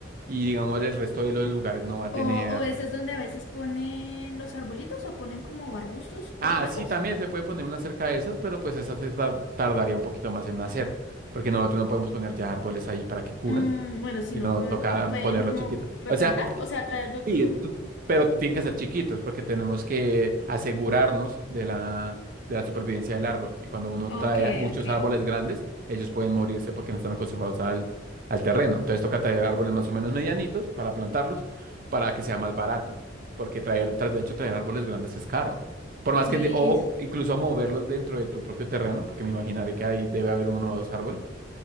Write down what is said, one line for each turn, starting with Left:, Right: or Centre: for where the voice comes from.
Right: y digamos el resto de los lugares no va a tener.
Left: O, o esas donde a veces ponen los arbolitos o ponen como arbustos súper
Right: Ah,
Left: gruesos.
Right: sí, también se puede poner una cerca de esas, pero pues esas se tar- tardaría un poquito más en nacer, porque nosotros no podemos poner ya árboles ahí para que curan,
Left: Mm, bueno, si
Right: sino
Left: no, pueden-
Right: toca
Left: no pueden
Right: ponerlos
Left: como
Right: chiquitos.
Left: replantar,
Right: O sea,
Left: o sea, traer de otro
Right: Sí,
Left: lugar.
Right: tú- pero tienen que ser chiquitos porque tenemos que asegurarnos de la, de la supervivencia del árbol. Y cuando uno
Left: Ok,
Right: trae muchos
Left: ok.
Right: árboles grandes, ellos pueden morirse porque no están acostumbrados al, al terreno. Entonces toca traer árboles más o menos medianitos para plantarlos para que sea más barato. Porque traer, tra- de hecho, traer árboles grandes es caro. Por más
Left: Listo.
Right: que, de- o incluso moverlos dentro de tu propio terreno, porque me imaginaré que ahí debe haber uno o dos árboles,